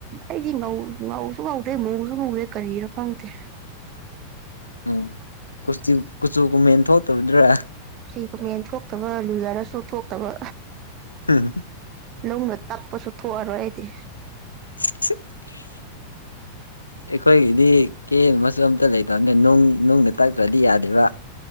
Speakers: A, on the right; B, on the left.
A: ꯑꯩꯗꯤ ꯉꯧ ꯉꯧꯁꯨ ꯉꯧꯗꯦ ꯃꯨꯁꯨ ꯃꯨꯗꯦ ꯀꯔꯤꯔ ꯈꯪꯗꯦ꯫
B: ꯎꯝ ꯀꯨꯆꯨ ꯀꯨꯆꯨ ꯀꯨꯝꯃꯦꯟ ꯊꯣꯛꯇꯕꯗꯨ꯭ꯔꯥ
A: ꯁꯤ ꯀꯃꯦꯟ ꯊꯣꯛꯇꯕ ꯂꯨꯖꯔꯁꯨ ꯊꯣꯛꯇꯕ
B: ꯍꯨꯝ
A: ꯅꯨꯡꯅ ꯇꯛꯄꯁꯨ ꯊꯣꯛꯑꯔꯣꯏ ꯑꯩꯗꯤ
B: <inaudible> ꯑꯩꯈꯣꯏꯒꯤꯗꯤ ꯀꯦ ꯅꯕꯁꯨ ꯑꯝꯇ ꯂꯩꯇꯕꯅꯦ ꯅꯨꯡ ꯅꯨꯡꯗ ꯇꯛꯇ꯭ꯔꯥꯗꯤ ꯌꯥꯗꯦꯕ